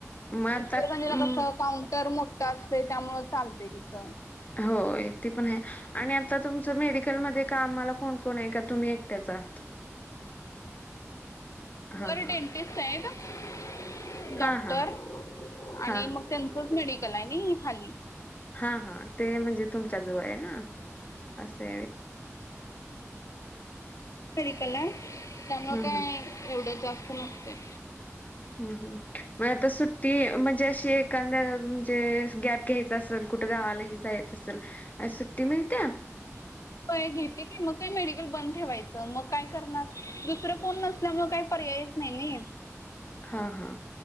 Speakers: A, on the left (about 30°); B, on the left (about 75°).
A: मग आता
B: इतर म्हजला
A: अं
B: कस काउंटर मोठं असत त्यामुळ चालते तिकं
A: हो ते पण आहे आणि आता तुमचं मेडिकलमध्येध्ये का आम्हाला कोणकण आहे का तुम्ही एकट्याच आहात
B: वर
A: हां हां
B: डेंटिस्ट आहे का डॉक्टर
A: हां हां
B: आणि
A: हां
B: मग त्यांचच मेडिकल आहे ना खाली
A: हा हा ते म्हणजे तुमच्या जवळ आहे ना असे
B: री कल्याण त्यामु
A: हम्म
B: काय
A: हम्म
B: एवढं जास्त नसते
A: हम् हम् मग आता सुट्टी म्हणजे अशी एखदा्या म्हणजे गॅप घ्याय असल कुठं गावालाही जायच असल सुट्टी मिळत्या
B: व्हय घेते की मग काही मेडिकल बंद ठेवायचं मग काय करणार दुसरं कोण नस - असल्या मुळे काही पर्यायच नाही नाही
A: हां हां